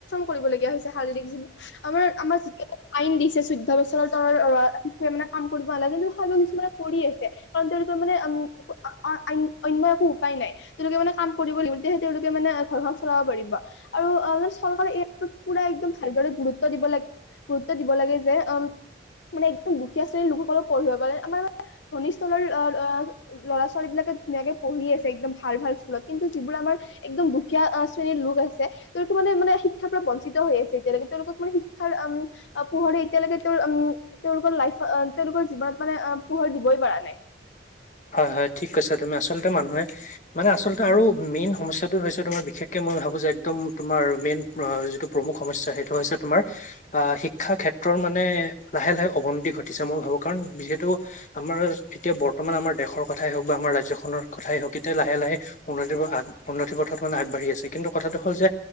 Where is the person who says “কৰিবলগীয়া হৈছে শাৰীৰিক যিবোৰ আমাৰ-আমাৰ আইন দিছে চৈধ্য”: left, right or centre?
Left